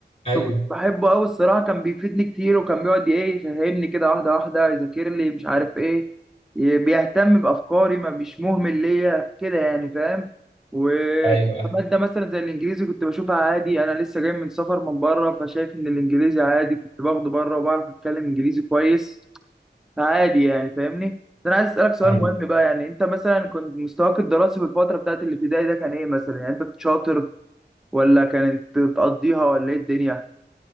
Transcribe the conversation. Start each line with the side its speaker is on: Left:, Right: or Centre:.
Left: ايوه
Centre: فكنت بحبه قوي الصراحه كان بيفيدني كتير وكان بيقعد ايه يفهمني كده واحده واحده يذاكر لي مش عارف ايه ي- بيهتم بافكاري ما مش مهمل ليا كده يعني فاهم وماده
Left: ايوه
Centre: مثلا زي الانجليزي كنت بشوفها عادي انا لسه جاي من سفر من بره فشايف ان الانجليزي عادي كنت باخده بره وبعرف اتكلم انجليزي كويس عادي يعني فاهمني بس انا عايز اسالك سؤال
Left: ايوه
Centre: مهم بقى يعني انت مثلا كنت مستواك الدراسي في الفتره بتاعت الابتدائي ده كان ايه مثلا يعني انت كنت شاطر ولا كانت بتقضيها ولا ايه الدنيا